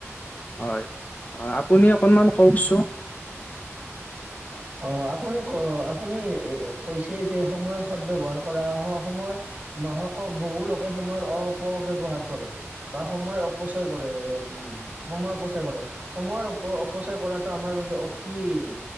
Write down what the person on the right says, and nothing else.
অ', আপুনি ক আপুনি এ কৈছে যে সময়ৰ সদ ব্যৱহাৰ কৰা সময়ৰ মহক বহু লোকে সময়ৰ অপব্যৱহাৰ কৰে। বা সময় অপচয় কৰে। এ, সময় অপচয় কৰে। সময়ৰ অপ অপচয় কৰাটো আমাৰ বাবে অতি উ,